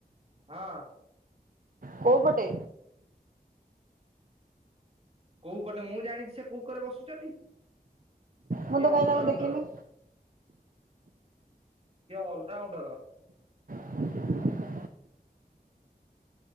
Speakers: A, on the right (about 40°); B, on the right (about 60°).
A: ହଁ।
B: କଉ ପଟେ।
A: କୋଉ ପଟେ ମୁଁ ଜାଣିଛି ସେ କୋଉ କରେ ବସୁଛନ୍ତି।
B: ମୁଁ
A: ସିଏ
B: ତ କାହିଁ
A: ଅଲରାଉଣ୍ଡର
B: ତାଙ୍କୁ ଦେଖିନି
A: ସିଏ ଅ ରାଉଣ୍ଡର।
B: <inaudible>